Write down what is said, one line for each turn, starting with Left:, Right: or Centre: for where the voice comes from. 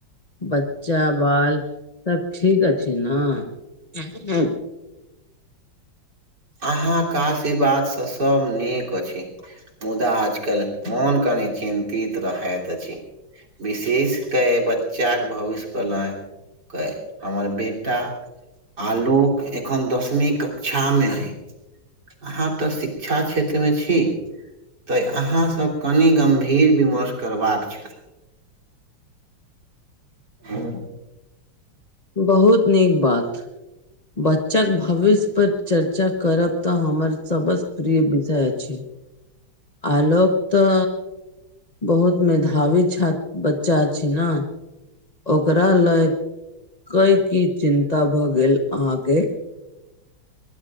Left: बच्चा-बाल सब ठीक अछि ने।
Right: अहाँ काशीर्वादसँ सभ नीक अछि। मुदा आजकल मोन कनी चिन्तित रहैत अछि। विशेष के बच्चाक के भविष्य क लए। कए, हमर बेटा आलुक एखन दसमी क क्षा मे हइ, हाँ तऽ शिक्षा क्षेत्र मे छी। तऽ अहाँसभ कनि गम्भीर विमर्श करबाक छल। ह
Left: बहुत नीक बात। बच्चाक भविष्य परर चर्चा करब तऽ हमर सबसँ प्रिय विषय अछि। आलोक तऽ बहुत मेधावी छात बच्चा अछि ने। ओकरा लय क की चिन्ता भए गेल अहााँके।